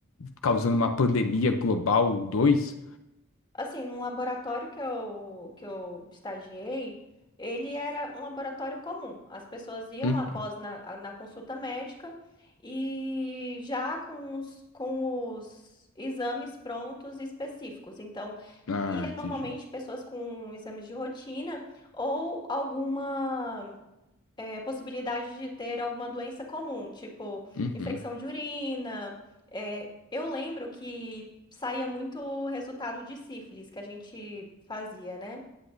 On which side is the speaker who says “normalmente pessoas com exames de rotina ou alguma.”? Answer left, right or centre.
Left